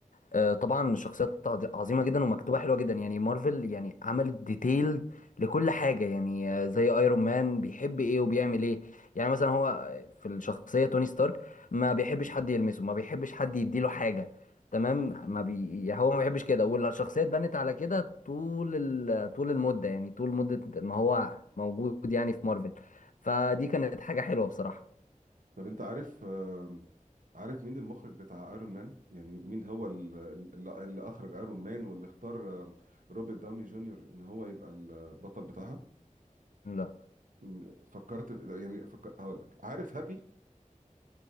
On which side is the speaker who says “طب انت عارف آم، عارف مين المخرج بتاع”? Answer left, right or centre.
Right